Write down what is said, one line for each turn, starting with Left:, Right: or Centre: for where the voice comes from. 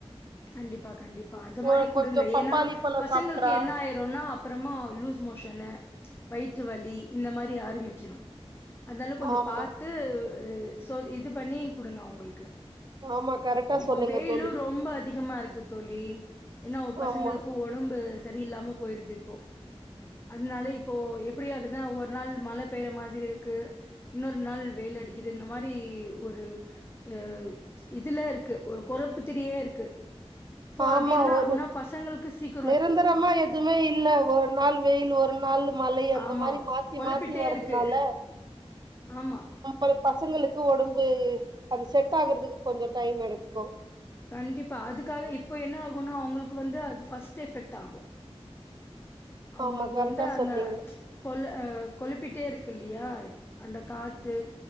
Left: கண்டிப்பா கண்டிப்பா அது மாரி
Right: ஒ
Left: குடுங்க
Right: கொஞ்சோ பப்பாளி
Left: ஏன்னா
Right: பழோ
Left: பசங்களுக்கு
Right: சாப்ட்றா
Left: என்ன ஆயிரு ருன்னா அப்புறமா லுஸ்மோஷன்னு வயிற்று வலி இந்த மாரி ஆரம்பிச்சிரும் அதனால கொஞ்சம்
Right: ஆமா
Left: பாத்து சோ இது பண்ணி குடுங்க அவங்களுக்கு
Right: ஆமா கரெக்டா
Left: இப்போ
Right: சொன்னீங்க
Left: வெயிலும்
Right: தோழி
Left: ரொம்ப அதிகமா இருக்கு தோழி ஏன்னா ஒ பசங்களுக்கு
Right: ஆமா
Left: உடம்பு சரியில்லாம போயிருது இப்போ அதனால இப்போ எப்புடியாகுதுன்னா ஒரு நாள் மழை பெய்ற மாதிரி இருக்கு இன்னொரு நாள் வெயில் அடிக்கிது இந்த மாரி ஒரு ஆ இதுலே இருக்கு ஒரு கொறப்பு திதியே இருக்கு சோ
Right: ஆமா
Left: அது என்ன
Right: ஒரு
Left: ஆகுன்னா பசங்களுக்கு சீக்
Right: நிரந்தரமா எதுமே இல்ல ஒரு நாள் வெயில் ஒரு நாள் மழை அந்த
Left: ஆமா.
Right: மாரி மாத் த்தி
Left: குழப்பிட்டே
Right: மாத்தி வர்துனால
Left: இருக்கு. ஆமா
Right: ஒரு பசங்களுக்கு ஒடம்பு அது செட் ஆகுறதுக்கு கொஞ்சம் டைம் எடுக்கும்
Left: கண்டிப்பா அதுக்காக இப்ப என்ன ஆகும்னா அவங்களுக்கு வந்து அது ஃபர்ஸ்ட் எஃபெக்ட் ஆகும் அவுங்களுக்கு
Right: ஆமா கரெக்டா
Left: வந்து அந்த
Right: சொன்னீங்க
Left: கொள் அ கொழுப்பிட்டே இருக்கு இல்லியா அந்த காத்து